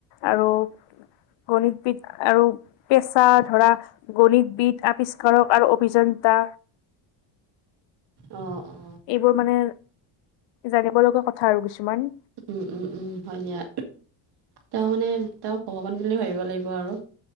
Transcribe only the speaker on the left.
আৰু গণিতবিদ আৰু পেচা ধৰা গণিতবিদ আৱিষ্কাৰক আৰু অভিযান তা
এইবোৰ মানে জানিব লগা কথা আৰু কিছুমান।